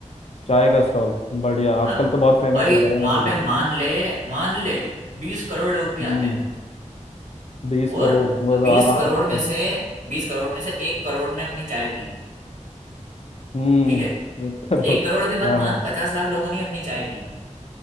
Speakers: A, on the left (about 55°); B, on the right (about 70°).
A: चाय का स्टॉल बढ़िया आजकल
B: हाँ
A: तो बहुत फेमस
B: भाई
A: हो रहे हैं
B: वहां
A: वैसे भी
B: पे मान ले मान ले बीस करोड़ लोग भी
A: हम्म
B: आते हैं
A: बीस
B: और
A: करोड़ वो तो
B: बीस
A: आराम
B: करोड़
A: से
B: में से बीस करोड़ में से एक करोड़ ने अपनी चाय पी
A: हम्म
B: ठीक है
A: एक करोड़
B: एक करोड़ भी मत
A: हाँ
B: मान
A: हाँ
B: पचास लाख लोगों ने अपनी चाय पी है।